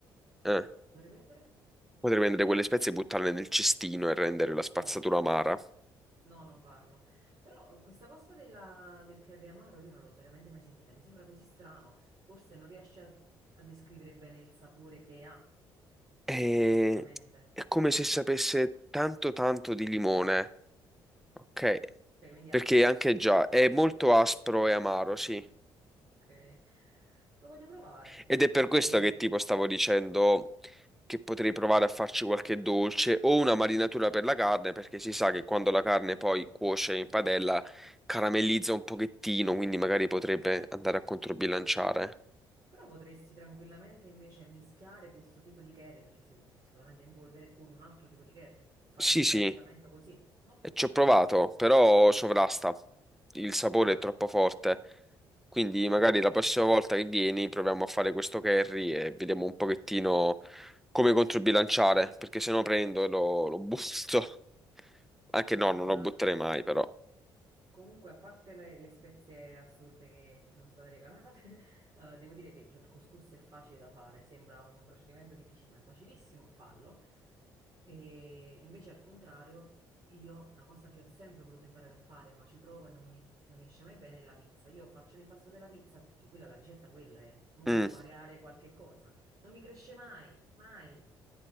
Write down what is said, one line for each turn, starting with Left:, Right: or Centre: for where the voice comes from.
Centre: eh,
Right: potrei prendere?
Centre: potrei prendere quelle spezie e buttarle nel cestino e rendere la spazzatura
Right: No,
Centre: amara.
Right: no, non farlo. Però eh, questa cosa della- del curry amaro io non l'ho veramente mai sentita, mi sembra così strano, forse non riesce a a descrivere bene il sapore che ha
Centre: E...
Right: effettivamente.
Centre: È come se sapesse tanto tanto di limone, ok?
Right: Ok, quindi
Centre: Perché
Right: aspro.
Centre: anche già è molto aspro e amaro, sì.
Right: Ok, lo voglio provare,
Centre: Ed è
Right: però,
Centre: per questo
Right: non-
Centre: che tipo stavo dicendo che potrei provare a farci qualche dolce o una marinatura per la carne, perché si sa che quando la carne poi cuoce in padella caramellizza un pochettino, quindi magari potrebbe andare a controbilanciare.
Right: però potresti tranquillamente invece mischiare questo tipo di curry, perché sic- sicuramente è in polvere, con un altro tipo di curry, fare
Centre: Sì,
Right: un bilanciamento
Centre: sì.
Right: così, no?
Centre: E ci ho provato, però sovrasta. Il sapore
Right: Ah,
Centre: è troppo
Right: ok,
Centre: forte. Quindi
Right: ok,
Centre: magari
Right: ok.
Centre: la prossima volta che vieni proviamo a fare questo curry e vediamo un pochettino come controbilanciare, perché se no prendo e lo, lo butto. <laughs> Anche no,
Right: No,
Centre: non
Right: allora
Centre: lo butterei mai, però.
Right: Comunque, a parte le, le spezie assurde che ti sono state regalate, <laughs> eh, devo dire che lo- il couscous è facile da fare, sembra un procedimento difficile, ma è facilissimo, fallo. E invece al contrario, io una cosa che ho sempre voluto imparare a fare, ma ci provo e non mi, non mi esce mai bene, è la pizza. Io faccio l'impasto della pizza perché quella, la ricetta quella è, mo
Centre: Mm.
Right: può variare qualche cosa. Non mi cresce mai, mai.